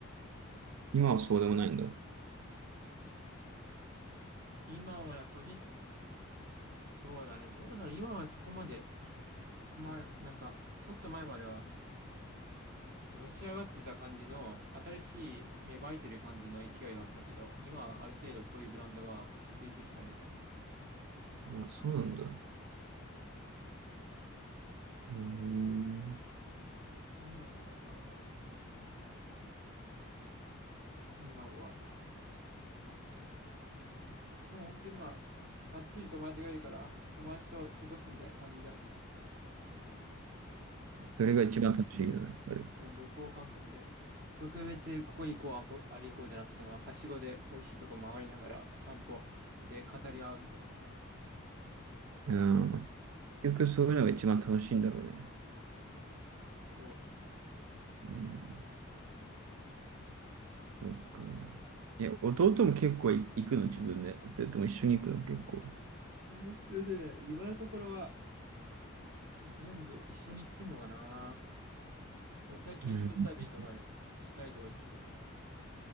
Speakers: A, on the right (about 85°); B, on the right (about 45°).
A: 今はそうでもないんだ。
B: 今はな個人、そうだね、どうだろう、今はそこまで、まあ、なんか、ちょっと前までは、のし上がってた感じの、新しい芽生えてる感じの勢いはあったけど、今はある程度そういうブランドは落ち着いてきたみたいな。
A: あ、そうなんだ。うーん。
B: どうなんだろうな、でも。今は。でも本当にまあ、あっちに友達がいるから、友達と過ごすみたいな感じだよね。まあ、
A: それが一番楽しいよね、
B: 本
A: やっぱり。
B: うん、旅行感覚で。特別、ここ行こう、あこ、あれ行こうじゃなくて、まあ、はしごで美味しいとこ回りながら散歩して語り合うみたいな。そういう、
A: うん。結局そういうのが一番楽しいんだろうね。
B: そうだね。
A: うん。そっか。え、弟も結構い行くの自分で。それとも一緒に行くの結構。
B: えーっとね、今のところは全部一緒に行ってんのかな。でも最近一人旅とかにしたいとか言ってたけどな、
A: うん。